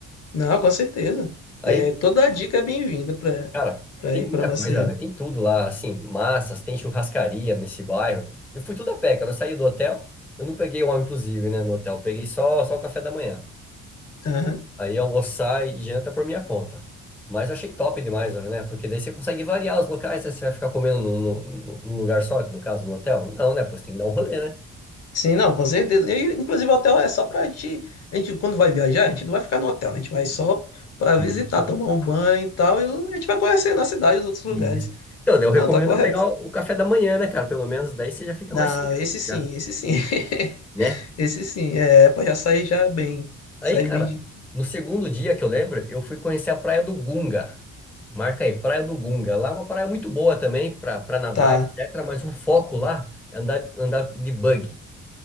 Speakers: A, on the left (about 55°); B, in the centre.
A: Não, com certeza.
B: Aí,
A: É, toda a dica é bem-vinda pra,
B: cara,
A: pra
B: tem
A: ir
B: muita
A: pra Maceió.
B: coisa, velho, tem tudo lá, assim, massas, tem churrascaria nesse bairro. Eu fui tudo a pé, cara, eu saí do hotel, eu não peguei o all inclusive, né, no hotel, eu peguei só, só o café da manhã.
A: Aham.
B: Aí almoçar e janta por minha conta. Mas eu achei top demais, né? Porque daí você consegue variar os locais, né? Você vai ficar comendo num, num- num lugar só, no caso, no hotel? Não, né? Pô, você tem que dar um rolê, né?
A: Sim, não, com certeza. E, inclusive, o hotel é só pra gente, a gente. Quando vai viajar, a gente não vai ficar no hotel, né? A gente vai só pra visitar,
B: Isso,
A: tomar um banho e tal. E o- a gente vai conhecer na cidade os outros lugares.
B: isso. Então, daí eu recomendo
A: Não, tá correto.
B: pegar o café da manhã, né, cara? Pelo menos daí você já fica
A: Não,
B: mais sossegado,
A: esse sim,
B: já,
A: esse sim. <laughs>
B: né?
A: Esse sim. É, pra já sair já bem.
B: Aí,
A: Sair
B: cara,
A: bem de.
B: no segundo dia que eu lembro, eu fui conhecer a Praia do Gunga. Marca aí, Praia do Gunga. Lá é uma praia muito boa também para nadar,
A: Tá.
B: etc. Mas o foco lá é andar, andar de buggy.